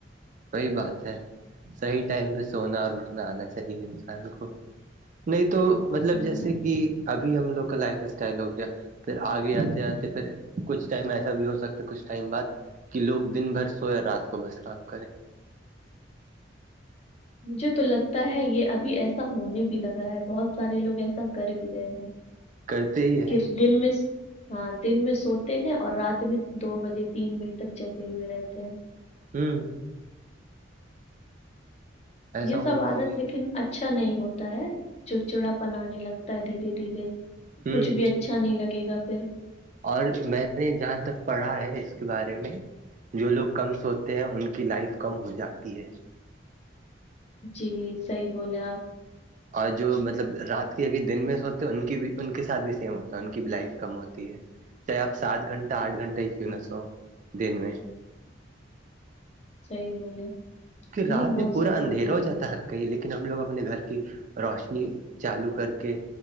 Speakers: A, on the right; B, on the left.
A: وہی بات ہے صحیح ٹائم پہ سونا اور اٹھنا آنا چاہیے انسان کو نہیں تو مطلب
B: ہاں
A: جیسے کہ ابھی ہم لوگ کا لائف اسٹائل ہو گیا پھر آگے آتے آتے پھر کچھ ٹائم ایسا بھی ہو سکتا کچھ ٹائم بعد کہ لوگ دن بھر سوئے رات کو بس کام کریں
B: مجھے تو لگتا ہے یہ ابھی ایسا ہونے بھی لگا ہے بہت سارے لوگ ایسا کر بھی رہے ہیں
A: کرتے ہی ہے
B: کہ دن میں ہاں دن میں سوتے ہیں اور رات میں دو بجے تین بجے تک جگے ہوئے رہتے ہیں
A: ہوں ایسا
B: یہ
A: ہوتا
B: سب عادت
A: ہی ہے
B: لیکن اچ اچھا نہیں ہوتا ہے چڑچڑا پنانے لگتا ہے دھیرے دھیرے
A: ہوں
B: کچھ بھی اچا اچھا نہیں لگے گا پھر
A: اور میں نے جہاں تک پڑھا ہے اس کے بارے میں جو لوگ کم سوتے ہیں ان کی لائف کم ہو جاتی ہے
B: جی صحیح بولے آپ
A: اور جو مطلب رات کے دن میں ہوتے ان کی بھی ان کے ساتھ بھی سیم ہوتا ہے ان کی بھی لائف کم ہوتی ہے چاہے آپ سات گھنٹہ آٹھ گھنٹہ ہی کیوں نہ سو دن میں
B: صحی بولے
A: کیک
B: نیند
A: رات میں
B: بہت
A: پورا
B: ضروری
A: اندھیا
B: ہے
A: ہو جاتا ہر کہ لیکن ہم لوگ اپنے گھر کی روشنی چالو کر کے